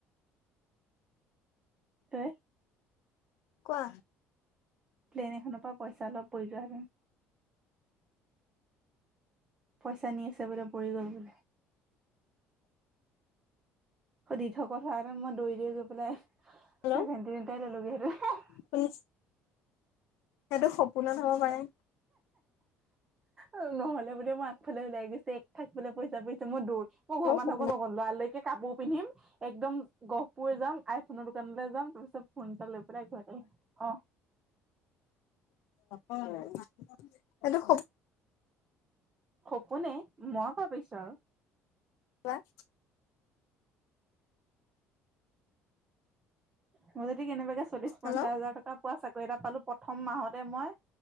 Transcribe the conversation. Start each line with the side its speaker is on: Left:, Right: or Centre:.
Right: এ
Left: কোৱা
Right: প্লেন এখনৰ পৰা পইচা অলপ পৰি যোৱা হেতেন পইছা আনি আছে বোলে পৰি গ'ল বোলে দিঠকত হোৱা হেতেন মই দৌৰি দৌৰি গৈ পেলাই
Left: হেল্ল'
Right: ছেভেণ্টিন এটাই ধৰি লোগে হেতেন
Left: শুনিছ সেইটো সপোনত হব পাৰে
Right: এই এ এ নহলে বোলে মই আগফালে ওলাই গৈছো এক থাক বোল পইচা পাইছো মই দৌৰ মই ঘৰৰ
Left: মোৰ
Right: মানুহকো
Left: সপোনত
Right: নক'লো লৰালৰিকে কাপোৰ পিন্ধিম একদম গহপুৰ যাম আইফোনৰ দোকানলৈ যাম তাৰপিছত ফোন এটা লৈ পেলাই ঘৰত আহিম অ
Left: নহয় এইটো স
Right: সপোনে মই ভাবিছো আৰু
Left: ইয়াত
Right: মই যদি কেনেবাকে চল্লিশ
Left: হেল্ল'
Right: পঞ্চাশ হাজাৰ টকা পোৱা চাকৰি এটা পালো প্ৰথম মাহতে মই